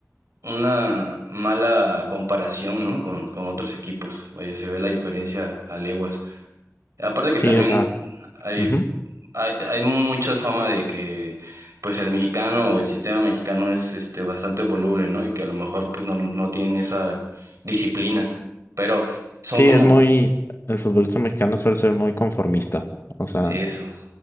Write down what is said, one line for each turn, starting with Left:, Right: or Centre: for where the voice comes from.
Right: una mala comparación, ¿no? Con, con otros equipos. Vaya, se ve la diferencia a leguas. Aparte que
Left: Sí,
Right: también
Left: o sea,
Right: hay,
Left: ujú.
Right: hay, hay mucha fama de que pues el mexicano o el sistema mexicano es este bastante voluble, ¿no? Y que a lo mejor pues no, no tienen esa disciplina. Pero son
Left: Sí,
Right: como
Left: es muy, el futbolista mexicano suele ser muy conformista. O sea,
Right: eso.